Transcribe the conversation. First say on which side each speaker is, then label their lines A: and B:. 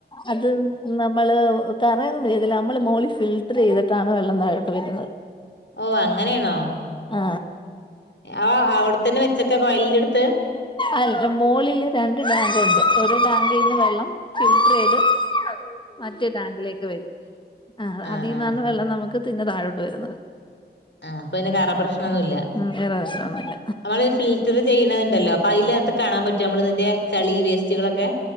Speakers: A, on the left; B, on the left.
A: അത് നമ്മള് തറയൊന്നും മെഴുകില്ല നമ്മള് മോളി ഫിൽട്ടർ ചെയ്തിട്ടാണ് വെള്ളം തായോട്ട് വെക്കുന്നത്
B: ഓ അങ്ങനെണോ
A: ആ
B: അവ അവിടുത്തന്നെ വെച്ചക്ക കോയലിന്റെട്ത്ത്
A: അല്ല മോളില് രണ്ട് ടാങ്കൊണ്ട് ഒരു ടാങ്കീന്ന് വെള്ളം ഫിൽട്ടറെയ്ത് മറ്റേ ടാങ്കിലേക്ക് വരും അ
B: ആ
A: അതീന്നാണ്
B: ആ
A: വെള്ളം നമുക്ക് പിന്നെ താഴോട്ട് വരുന്നത്
B: അ അപ്പൊ പിന്നെ കറ
A: ആഹ്
B: പ്രശ്നൊന്നുല്ല്യ
A: ഉം വേറെ പ്രശ്നൊന്നുല്ല
B: നമ്മളീ ഫിൽറ്ററ് ചെയ്യ്ണത്ണ്ടല്ലോ പയിലാത്ത് കാണാമ്പറ്റ് റ്റ്വോ നമ്മളതിന്റെ ചളി വേസ്റ്റുകളൊക്കെ